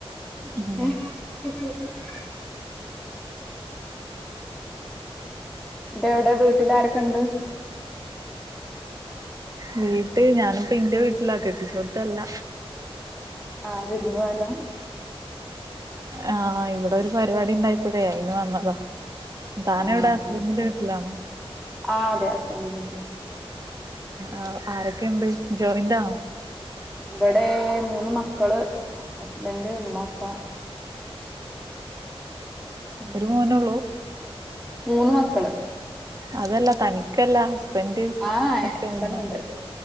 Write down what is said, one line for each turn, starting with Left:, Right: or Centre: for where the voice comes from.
Right: ഉം
Centre: ഏഹ് <unintelligible> ന്റെവടെ വീട്ടിലാരൊക്കണ്ട്?
Right: വീട്ട് ഞാനിപ്പ ഇന്റെ വീട്ടിലാ കെട്ടിച്ചോട്ത്തല്ല.
Centre: ആഹ് വിരുന്നു പോയതാ?
Right: ആഹ് ഇവടെ ഒരു പരിപാടി ഉണ്ടായപ്പോഴേ അയിന് വന്നതാ. താനെവടെ
Centre: ആഹ്
Right: ഹസ്ബൻന്റിന്റെ
Centre: ആഹ്
Right: വീട്ടിലാണോ?
Centre: ആഹ് അതെ ഹസ്ബൻന്റിന്റെ വീട്ട്ലാ.
Right: ആഹ് ആരൊക്കെണ്ട് ജോയിന്റാണോ?
Centre: ഇവടെ മൂന്ന് മക്കള് ഹസ്ബൻഡ് ഉമ്മ ഉപ്പ. ഉം.
Right: ഒരു മോന ഒള്ളൂ?
Centre: മൂന്ന് മക്കള്.
Right: അതല്ല തനിക്കല്ല ഹസ്ബൻഡ്
Centre: ആഹ്
Right: ഒറ്റ
Centre: രണ്ടെണ്ണണ്ട്
Right: മോനാ.